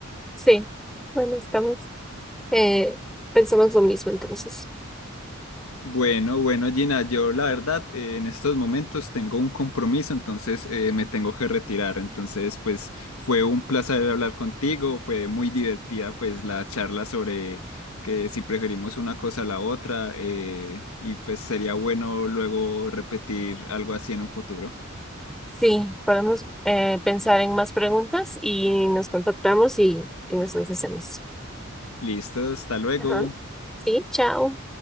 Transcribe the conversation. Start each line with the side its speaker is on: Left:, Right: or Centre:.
Centre: Sí, bueno, estamos, eh, pensamos lo mismo entonces.
Left: Bueno, bueno, Gina, yo la verdad eh, en estos momentos tengo un compromiso, entonces eh, me tengo que retirar. Entonces, pues fue un placer hablar contigo, fue muy divertida pues la charla sobre que si preferimos una cosa a la otra eh, y pues sería bueno luego repetir algo así en un futuro.
Centre: Sí, podemos eh, pensar en más preguntas y nos contactamos y, y nos las hacemos.
Left: Listo, hasta luego.
Centre: Ajá, sí, chao.